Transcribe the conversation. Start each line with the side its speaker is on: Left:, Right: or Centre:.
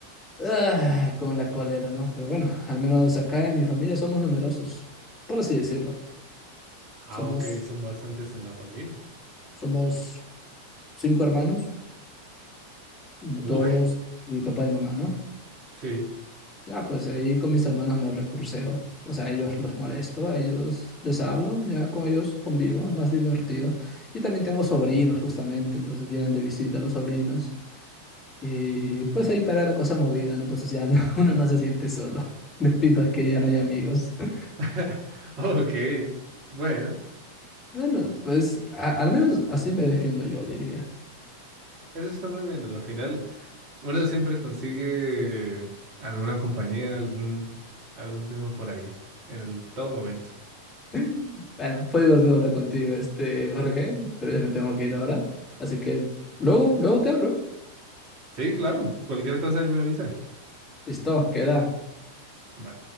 Left: ah, con la cólera, ¿no? Pero bueno, al menos acá en mi familia somos numerosos, por así decirlo.
Right: ah,
Left: Somos,
Right: ok, son bastantes en la familia.
Left: somos cinco hermanos, dos,
Right: Uy,
Left: mi papá y mamá, ¿no?
Right: sí.
Left: Ya, pues ahí con mis hermanos me recurseo. O sea, a ellos los molesto, a ellos les hablo, ya con ellos convivo, es más divertido. Y también tengo sobrinos, justamente, entonces vienen de visita los sobrinos. Y pues ahí para la cosa movida, ¿no? Entonces ya no- <laughs> uno no se siente solo, <laughs> debido a que ya no hay amigos. <laughs>
Right: <laughs> Ok, bueno,
Left: Bueno, pues a- al menos así me defiendo yo, diría.
Right: eso está muy bien. Al final, uno siempre consigue alguna compañía, algún, algún tema por ahí, en el todo momento.
Left: <laughs> Bueno, fue divertido hablar contigo, este Jorge, pero ya me tengo que ir ahora. Así que luego, luego te hablo.
Right: Sí, claro, cualquier cosa ahí me avisa.
Left: Listo, queda.
Right: Va.